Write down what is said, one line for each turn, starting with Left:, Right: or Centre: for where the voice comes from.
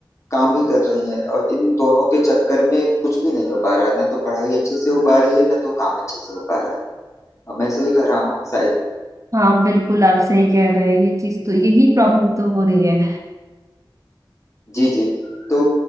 Left: काम भी कर रही हैं और इन दोनों के चक्कर में कुछ भी नहीं हो पा रहा है ना तो पढ़ाई अच्छे से हो पा रही है ना तो काम अच्छे से हो पा रहा है अब मैं सही कह रहा हूँ ना शायद
Right: हाँ बिल्कुल आप सही कह रहे हैं ये चीज तो यही प्रॉब्लम तो हो रही है
Left: जी जी तो